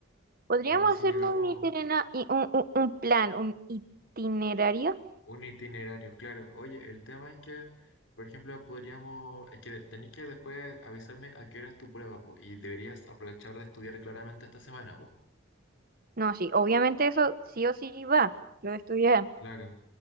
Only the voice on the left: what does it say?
A ver si
llegamos
Un itinerario, claro. Oye, el tema es que, por ejemplo, podríamos, es que tenéis que después avisarme a qué hora es tu prueba, po, y deberías aprovechar de estudiar claramente esta semana, po.
Claro,